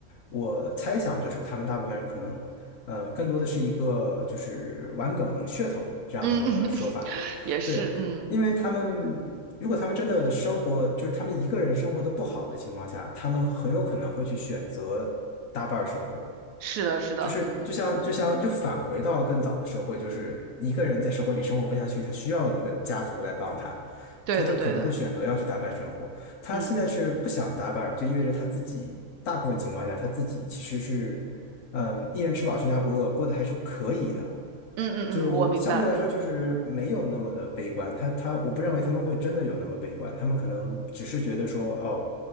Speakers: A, on the left; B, on the right.
A: 我猜想就是他们大部分人可能，呃，更多的是一个就是玩梗噱头这样的一个说法，
B: 嗯，<laughs> 也是，
A: 对。
B: 嗯，
A: 因为他们如果他们真的生活，就是他们一个人生活的不好的情况下，他们很有可能会去选择搭伴儿生活。
B: 是的，是的，
A: 就是就像就像就返回到更早的社会，
B: 嗯，
A: 就是一个人在社会里生活不下去，他需要一个家族来帮他，
B: 对的，
A: 他就可能会选择要去搭伴生活。
B: 对的，
A: 他现在是不想搭伴儿，
B: 嗯
A: 就意味着他自己大部分情况下他自己其实是，嗯，一人吃饱全家不饿，过得还是可以的。
B: 嗯嗯嗯，
A: 就相对来说就是没有那么的悲观。
B: 我明白，嗯，
A: 他他，我不认为他们会真的有那么悲观，他们可能只是觉得说，哦，